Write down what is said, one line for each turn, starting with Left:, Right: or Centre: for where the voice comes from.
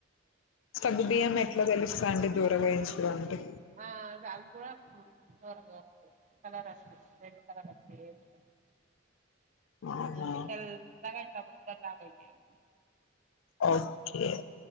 Left: సగ్గు బియ్యం ఎట్లా తెలుస్తు అండి దోరగా వేయించుడం అండి
Right: ఆ అవి కూడా దోరగా కలర్ <unintelligible> రెడ్ కలర్ అ <unintelligible>
Left: అవునా
Right: ఉమ్ తెల్లాగా <unintelligible>
Left: ఓకే